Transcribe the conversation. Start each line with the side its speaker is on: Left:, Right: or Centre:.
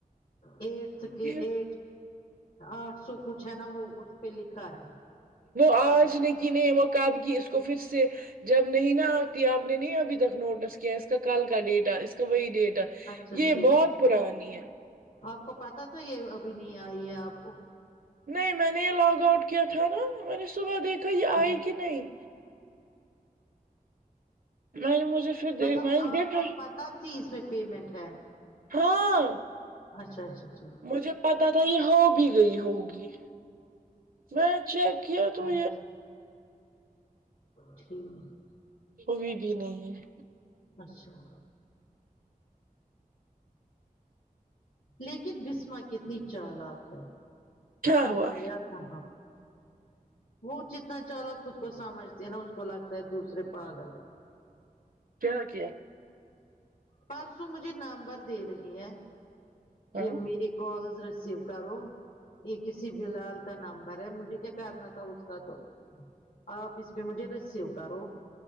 Left: ایٹس کے
Right: یہ-
Left: ای آٹھ سو کچھ ہے نا وہ اس پہ لکھا ہے
Right: آج
Left: کیا؟
Right: نے کی نہیں وہقاب کی اس کو پھر سے جب نہیں نہ آتی آپ نے نہیں ابھی تک نوٹس کیا اس کا کل کا ڈیٹ ہے اس کا وہی ڈیٹ ہے
Left: اچھا
Right: یہ
Left: ٹھیک
Right: بہت پرانی ہے
Left: آپ کو پتہ تھا یہ ابھی نہیں آئی ہے آپ کو
Right: نہیں میں نے یہ لاگ آؤٹ کیا تھا نا میں نے صبح دیکھا یہ آئی
Left: اچھا
Right: کہ نہیں نہیں مجھے پھر دیکھ-
Left: مطلب
Right: میں نے
Left: آپ
Right: دیکھا
Left: کو پتہ تھی اس میں پیمنٹ ہے
Right: ہاں
Left: اچھا اچھا ٹھیک
Right: مجھے پتا تھا یہ ہو بھی گئی ہوگی میں چیک کیا تو
Left: اچھا ٹھیک
Right: ا بھی نہیں ہے
Left: اچھا لیکن بسمہ کتنی چالاک ہے
Right: کیا
Left: خدایا
Right: ہوا
Left: تھا وہ جتنا چالاک خود کو سمجھتی ہیں نا اس کو لگتا ہے دوسرے پاگل ہے
Right: کیا کیا
Left: پرسوں مجھے نمبر دے رہی ہے کہ
Right: ہاں
Left: میری کالز ریسیو کرو یہ کسی بلال کا نمبر ہے مجھے کیا کرنا تھا اس کا تو آپ اس پہ مجھے ریسیو کرو